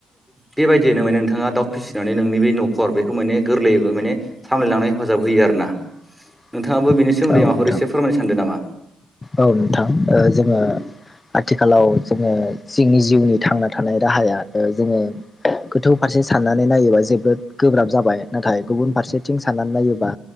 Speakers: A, in the centre; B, on the left.
A: बेबायदियनो माने नोंथां नोंथाङा दाउ फिसिनानै नोंनि बे न'खर बेखौ माने गोरलैयैबो माने सामलायलांनाय हेफाजाब होयो आरो ना।
B: <inaudible>
A: नोंथाङाबो बेनि सोमोनदै माबाफोर
B: औ नोंथां
A: एसे फोरमायनो सानदों नामा?
B: औ नोंथां जोङो आथिखालाव जोङो जोंनि जिउनि थांना थानाय राहाया जोङो गोथौ फारसे साननानै नायोबा जोबोद गोब्राब जाबाय नाथाय गुबुन फारसेथिं साननानै नायोबा